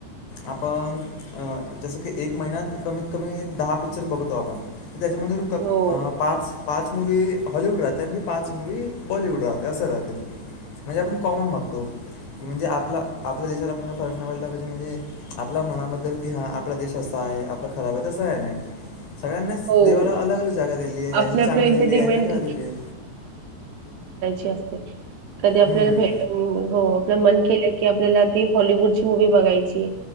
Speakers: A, on the left (about 70°); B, on the right (about 70°).
A: आपण अ जसं की एक महिन्यात कमीत कमी दहा पिक्चर बघतो आपण. त्याच्यामध्ये नुसतं
B: हो
A: पाच पाच मूवी हॉलिवूड राहते, आणि ते पाच मूवी बॉलिवूड राहते असं राहते. म्हणजे आपण कॉमन बघतो. नाय म्हणजे आपला आपल्या देशाला पण फरक नाही पडला पाहिजे, म्हणजे आपल्या मनाबद्दल कि हा आपला देश असा आहे आपला खराब आहे, तसं काय नाही. सगळ्यांनाच
B: हो
A: देवाला अलग अलग जागा दिली आहे
B: आपलं
A: यांना चांगली
B: आपलं एंटरटेनमेंट
A: दिली यांना <unintelligible> दिली आहे.
B: ची असते. कधी आपल्याला
A: हम्म,
B: भेटू, हो आपलं मन केलं की आपल्याला ती हॉलिवूडची मूवी बघायची